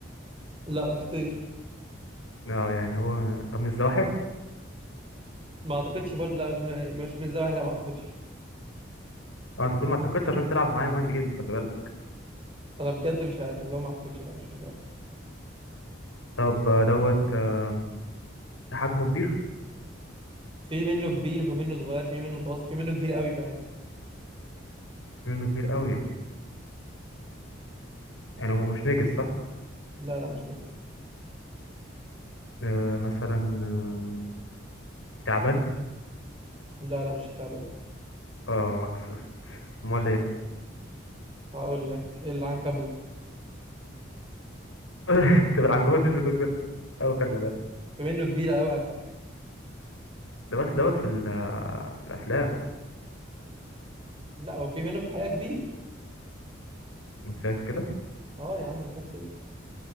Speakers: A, on the right (about 25°); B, on the left (about 85°).
A: لا مش طير
B: اه يعني هو طب من الزواحف
A: ما اعتقدش برضه لا مش م... مش من الزواحف لا ما اعتقدش
B: اه انت طول ما اتكتش عشان تلعب معايا مايند جيمز خلي بالك
A: انا بجد مش عارف بس هو ما اعتقدش لا مش من الزواحف
B: طب آه، دوت آم، حجمه كبير
A: في منه كبير وفي منه صغير في منه متوسط في منه كبير قوي كمان
B: في منه كبير قوي يعني هو مش نجس صح
A: لا لا مش نجس
B: آه، مثلا آم، تعبان
A: لا لا مش التعبان
B: اه خسست امال ايه
A: هقول لك العنكبوت
B: <laughs> تبقى العنكبوت مش منه كبير قوي خلي بالك
A: بما انه كبير قوي على فكره
B: ده بس دوت في, ال- في الافلام
A: لا هو في منه في الحقيقه كبير
B: انت شايف كده
A: اه يا عم انا شايف كده